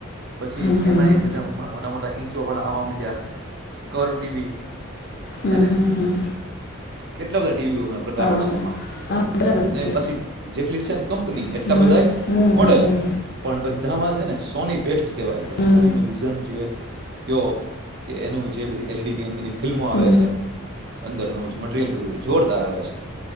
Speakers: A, on the right; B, on the left.
A: પછી
B: હમ
A: એમાંય બધા મોટા મોટા ઈંચો વાળા આવા મીડિયા કર્વ ટીવી
B: હમ
A: હે ને
B: હમ
A: કેટલા બધા ટીવી પ્રકારો
B: હા
A: છે આમાં
B: હા બરાબર
A: અને
B: છે
A: પછી જેટલી છે કંપની
B: હમ
A: એટલા બધા
B: હમ
A: મોડેલો
B: હમ
A: પણ બધા બધામાં છે ને સોની બેસ્ટ કેવાય છે
B: હમ હમ
A: સોની નું વિઝન જો કે કે એનું જે બધી એલડી ની અંદરની ફિલ્મો આવે
B: હમ
A: છે અંદરનું મ રિયલ બધું હોય જોરદાર આવે છે